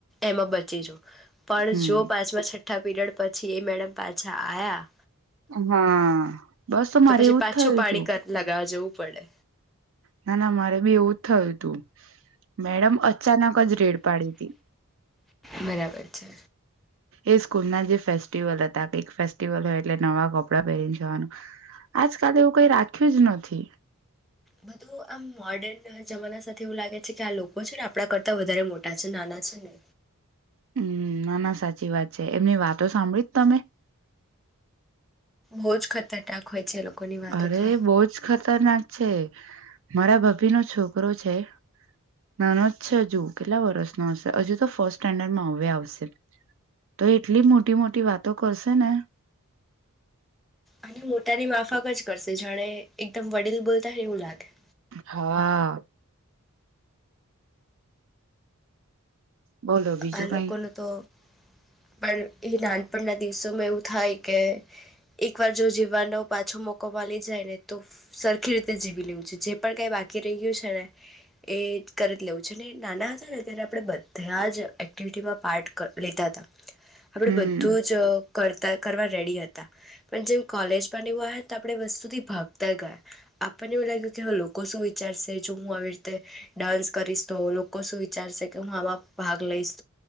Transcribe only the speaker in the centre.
એમાં બચી જો પણ
જો પાંચમા છઠ છઠ્ઠા પીરિયડ પછી એ મેડમ પાછા આવ્યા.
તો
પછી
પાછું
પાણી
લગાવ જવું. પડે.
બરાબર છે.
બધું આમ મોર્ડન જમાના સાથે એવું લાગે છે કે આ લોકો છે ને આપડા કરતા વધારે મોટા છે નાના છે ને.
બહુ જ ખતરનાક હોય છે એ લોકોની વાતો
તો
અને મોટાની માફક જ કરશે જાણે એકદમ વડીલ બોલતા ને એવું લાગે.
આ લોકોનું
તો પણ એ નાનપણના દિવસોમાં એવું થાય કે એક વાર જો જીવવાનો પાછો મોકો મલી જાય ને તો સરખી રીતે જીવી લેવું છે જે પણ કઈ બાકી રહય્યું છે ને એ કરી જ લેવું છે ને નાના હતા ને ત્યારે આપણે બધા જ એક્ટિવિટીમાં પાર્ટ લેતા હતા. આપડે
બધું જ કરતા કરવા રેડી હતા પણ જેમ કોલેજ બ એ હોય તો આપે વસ્ત સુ ભાગતા ગયા આપને એવું લાગ્યું કે લોકો શું વિચારશે જો હું આવી રીતે ડાન્સ કરીશ તો લોકો શું વિચારશે. કે હુંમાં આમા ભાગ લઇશ.